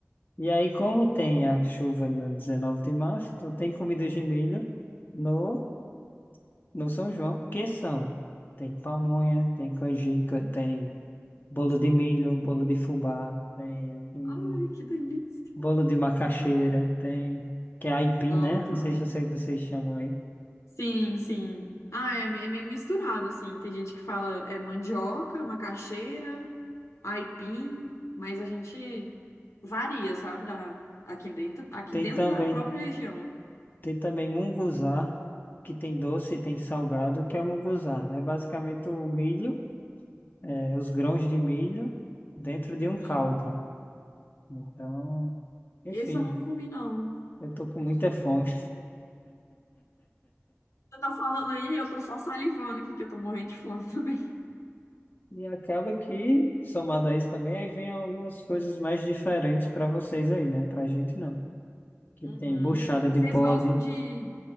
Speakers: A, on the left; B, on the left.
A: E aí, como tem a chuva no 19 de março, então tem comidas de milho no, no São João, que são, tem pamonha, tem canjica,
B: Hum,
A: tem bolo
B: Nossa,
A: de
B: amo.
A: milho, bolo de fubá, tem hum,
B: Ai, que delícia.
A: bolo de macaxeira, tem, que é aipim,
B: Amo
A: né?
B: também.
A: Não sei se você, vocês chamam aí.
B: Sim, sim. Ah, é me- é meio misturado, assim. Tem gente que fala é mandioca, macaxeira, aipim, mas a gente Varia, sabe? Da, aqui dentro, aqui
A: Tem
B: dentro
A: também,
B: da própria região.
A: tem também munguzá, que tem doce, e tem salgado, que é o munguzá. É basicamente o milho, é, os grãos de milho dentro de
B: Uhum.
A: um caldo. Então, enfim,
B: Esse eu nunca comi, não.
A: eu tô com muita fome.
B: Você tá falando aí, eu tô só salivando aqui, que eu tô morrendo de fome <laughs> também.
A: E acaba que, somado a isso também, aí vem algumas coisas mais diferentes para vocês aí, né? Pra gente não. Que
B: Uhum.
A: tem buchada de
B: Vocês
A: bode,
B: gostam de.